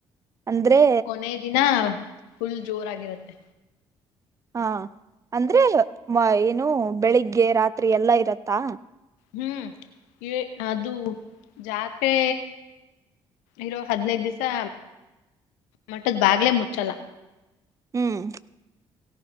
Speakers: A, on the right; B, on the left.
A: ಅಂದ್ರೆ
B: ಕೊನೆ ದಿನಾ ಫುಲ್ ಜೋರಾಗಿರತ್ತೆ
A: ಹಾ ಅಂದ್ರೆ ಮ ಏನು ಬೆಳಿಗ್ಗೆ ರಾತ್ರಿ ಎಲ್ಲ ಇರತ್ತಾ
B: ಹ್ಮ್ ಏ ಅದು ಜಾತ್ರೆ ಇರೋ ಹದ್ನೈದ್ದಿಸಾ ಮಟದ್ ಬಾಗ್ಲೆ ಮುಚ್ಚಲ್ಲ
A: ಹ್ಮ್